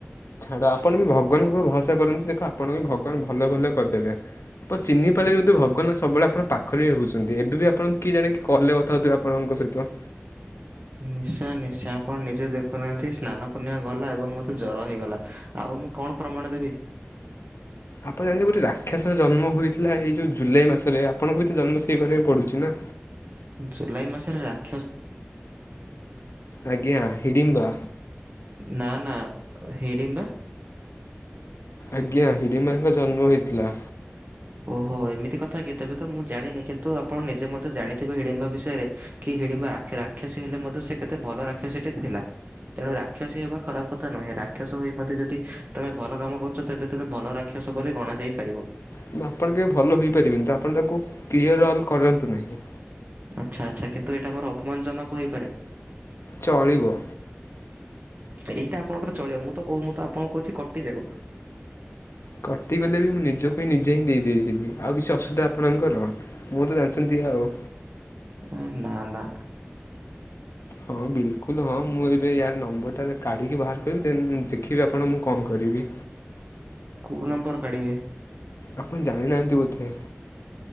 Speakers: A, on the left (about 85°); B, on the right (about 45°).
A: ଛାଡ ଆପଣ ବି ଭଗବାନଙ୍କ ଉପରେ ଭରସା କରନ୍ତୁ ଦେଖ ଆପଣଙ୍କ ବି ଭଗବାନ ଭଲ ଭଲ କରିଦେବେ। ଆପଣ ଚିହ୍ନିପାଇଲେନି ବୋଧେ ଭଗବାନ ସବୁବେଳେ ଆପଣ ପାଖରେ ହିଁ ରହୁଚନ୍ତି ଏବେ ବି ଆପଣଙ୍କୁ କିଏ ଜାଣିକି କଲ୍ ରେ କଥାହଉଥିବେ ଆପଣଙ୍କ ସହିତ
B: ନିଶ୍ଚୟଂ ନିଶ୍ଚୟଂ ଆପଣ ନିଜେ ଦେଖୁନାହାନ୍ତି ସ୍ନାନ ପୂର୍ଣ୍ଣିମା ଗଲା ଏବଂ ମତେ ଜର ହେଇଗଲା। ଆଉ ମୁଁ କଣ ପ୍ରମାଣ ଦେବି।
A: ଆପଣ ଜାଣିଚନ୍ତି ଗୋଟେ ରାକ୍ଷାସର ଜନ୍ମ ହୋଇଥିଲା ହେଇ ଯୋଉ ଜୁଲାଇ ମାସରେ ଆପଣଙ୍କୁ ବି ତ ଜନ୍ମ ସେଇ ବାର ରେ ପଡୁଚି ନା।
B: ଜୁଲାଇ ମାସରେ ରାକ୍ଷସ
A: ଆଜ୍ଞା ହିଡିମ୍ବା।
B: ନା ନା ହିଡିମ୍ବା?
A: ଆଜ୍ଞା ହିଡ଼ିମ୍ବାଙ୍କ ଜନ୍ମ ହେଇଥିଲା।
B: ଓହୋ ଏମିତି କଥା କି ତେବେ ତ ମୁଁ ଜାଣିନି କିନ୍ତୁ ଆପଣ ନିଜେ ମଧ୍ୟ ଜାଣିଥିବେ ହିଡିମ୍ବା ବିଷୟରେ କି ହିଡିମ୍ବା ରାକ୍ଷା ରାକ୍ଷାସୀ ହେଲେ ମଧ୍ୟ ସେ କେତେ ଭଲ ରାକ୍ଷସୀ ଟି ଥିଲା ତେଣୁ ରାକ୍ଷସୀ ହେବା ଖରାପ କଥା ନୁହେଁ ରାକ୍ଷସ ହୋଇ ମଧ୍ୟ ଯଦି ତମେ ଭଲ କାମ କରୁଛ ତେବେ ତମେ ଭଲ ରାକ୍ଷ କ୍ଷସ ବୋଲି ଗଣାଯାଇ ପାରିବ
A: କିନ୍ତୁ ଆପଣ କେବେ ଭଲ ହୋଇପାରିବେନି ତ ଆପଣ ତାକୁ କ୍ଲିୟର୍ ଅଲ୍ କରନ୍ତୁ ନାହିଁ।
B: ଆଚ୍ଛା ଆଚ୍ଛା କିନ୍ତୁ ଏଇଟା ମୋର ଅପମାନଜନକ ହୋଇପାରେ?
A: ଚଳିବ
B: ଏଇଟା ଆପଣଙ୍କର ଚଳିବ ମୁଁ ତ କହୁ ମୁଁ ତ ଆପଣଙ୍କୁ କହୁଚି କଟିଯାଉ
A: କଟିଗଲେ ବି ମୁଁ ନିଜପାଇଁ ନିଜେ ହିଁ ଦେଇଦେଇଯିବି ଆଉ କିଛି ଅସୁବିଧା ଆପଣଙ୍କର? ମୁଁ ତ ଜାଣିଚନ୍ତି ଆଉ।
B: ଉଁ ନା ନା।
A: ହଁ ବିଲକୁଲ୍ ହଁ ମୁଁ ଏବେ ୟାର ନମ୍ବରଟାରେ କାଢ଼ିକି ବାହାର କରିବି ଦେନ୍ ଦେଖିବି ଆପଣ ମୁଁ କଣ କରିବି।
B: କୋଉ ନମ୍ବର କାଢ଼ିବେ?
A: ଆପଣ ଜଣିନାହାନ୍ତି ବୋଧେ